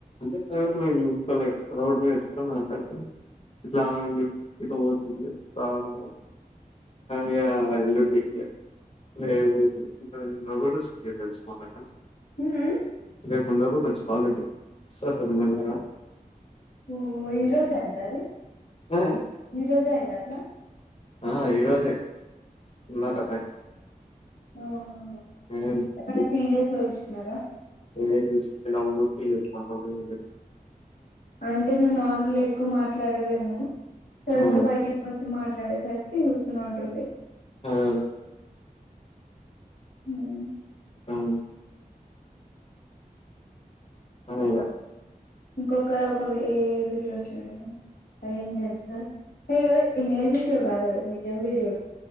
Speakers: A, on the left; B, on the left.
A: <unintelligible> పోయి నింపలే రోడ్ మీద ఎత్తుకున్న మల్లపోయి ఇట్లా ఆన్ ఇట్లాపోతుంది రా అన్నం ఇగ ఎల్లుండికి ఇగ రేవు కూడా తెలుసుకోవాలిక్క
B: ఉహు
A: లేేకుండా కూడాఇ రోజు కాలేజీ సతం మండల
B: ఓ రోజు అయింద అది
A: ఆ!
B: ఈ రోజు అయింది అటనా
A: ఆ! ఈరోజే ఇందాక
B: ఓహో
A: సాయంత్రం.
B: ఏమన్నా సీరియస్ ఇస్ కదా
A: ముకలా ఎలా <unintelligible>
B: అంటే నువు నార్మల్గ ఎక్కువ మాట్లాడవేమో సడన్
A: ఉమ్,
B: గ బయటకి బస్ మాట్లాడేసరికి ఒస్తనే ఉంటుంది
A: అదే,
B: అ మ్
A: అవును అనై ద
B: ఇంకొక ఒక ఏ ఐ వీడియో ఒచ్చింది అదేందో తెలుసా ఏ ఐ వీడియో కాదది నిజం వీడియో